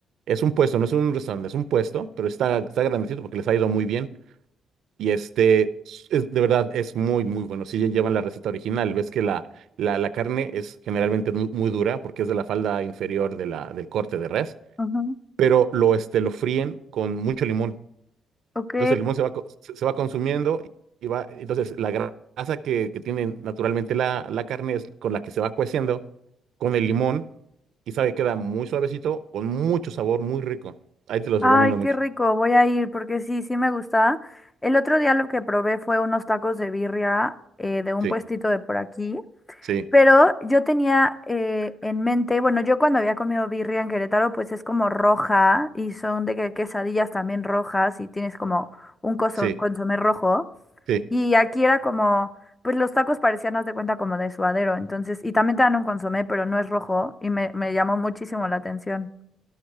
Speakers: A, on the right (about 70°); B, on the left (about 15°).
A: Es un puesto, no es un restaurante, es un puesto, pero está, está grandecito porque les ha ido muy bien. Y este, es- de verdad, es muy, muy bueno. Si llevan la receta original, ves que la, la, la carne es generalmente mu- muy, dura porque es de la falda inferior de la, del corte de res,
B: Ujú.
A: pero lo, este, lo fríen con mucho limón.
B: Ok.
A: Entonces el limón se va, co- se se va consumiendo y va, entonces la grasa que, que tiene naturalmente la, la carne es con la que se va cueciendo con el limón y sabe, queda muy suavecito, con mucho sabor, muy rico. Ahí te los
B: Ay,
A: recomiendo mucho.
B: qué rico, voy a ir porque sí, sí me gusta. El otro día lo que probé fue unos tacos de birria eh, de un
A: Sí,
B: puestito de por aquí,
A: sí,
B: pero yo tenía eh, en mente, bueno, yo cuando había comido birria en Querétaro, pues es como roja y son de que quesadillas también rojas y tienes como un coso-
A: sí,
B: consomé rojo.
A: sí.
B: Y aquí era como, pues los tacos parecían, haz de cuenta, como de suadero, entonces, y también te dan un consomé, pero no es rojo y me, me llamó muchísimo la atención.